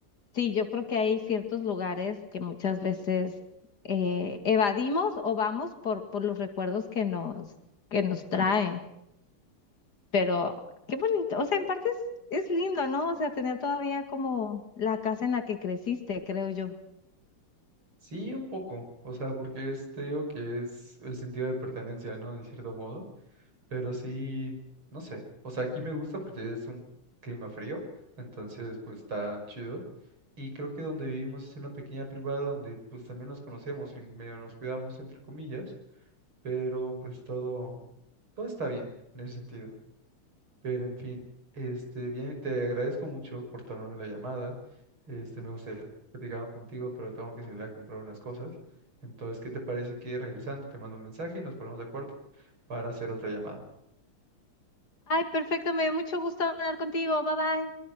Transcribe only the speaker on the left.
sí, yo creo que hay ciertos lugares que muchas veces eh, evadimos o vamos por, por los recuerdos que nos, que nos traen. Pero qué bonito, o sea, en parte es, es lindo, ¿no? O sea, tener todavía como la casa en la que creciste, creo yo.
Ay, perfecto, me dio mucho gusto hablar contigo. Bye bye.